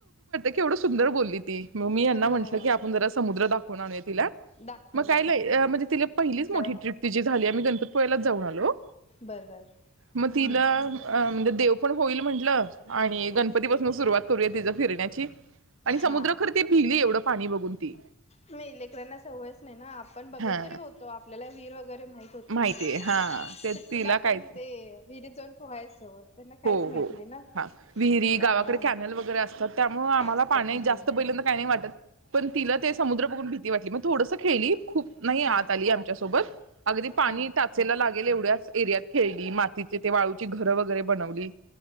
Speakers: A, on the right; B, on the left.
A: केवडू सुंदर बोलली म
B: ह
A: मी यांना म्हटलं की आपण जरा समुद्र दाखवून आणू तिला,
B: दाखवून
A: मग काय
B: आणत
A: लय म्हणजे तिला पहिलीच मोठी
B: हा
A: ट्रिप तिची झालीय आम्ही गणपतीपु्ळ्यालाच जाऊन आलो
B: बर बर
A: मग
B: हम्म
A: तिला म्हणजे देव पण होईल म्हटलं आणि गणपतीपासून सुरुवात करूया तिज फिरण्या ची आणि समुद्र
B: हा
A: खर ती भिली एवढं पाणी बघून ती
B: नाही लेकरांना सवयच नाही ना आपण बघत
A: हा
B: तरी होतो आपल्याला वीहीर वगैरे माहीत होती
A: माहितीय
B: सुट्टीला
A: हा ते तिला
B: आपण
A: कायच
B: ते विहिरीत जाऊन पोहायचो त्यांना काहीच
A: हो-हो-हा
B: माहित नाही ना
A: विहिरी
B: त्यामुळं
A: गावाकडे कॅनल वगैरे असतात त्यामुळ आम्हाला
B: असतात
A: पाणी
B: हा
A: जास्त बघितल्यान काही नाही वाटत पण तिला ते समुद्र बघून भीती वाटली मग थोडंसं खेळली खूप नाही
B: हा
A: आत आली आमच्यासोबत अगदी पाणी
B: हा
A: टाचेला लागेल एवढ्याच एरियात खेळली माती तिथे वाळूची घरं वगैरे बनवली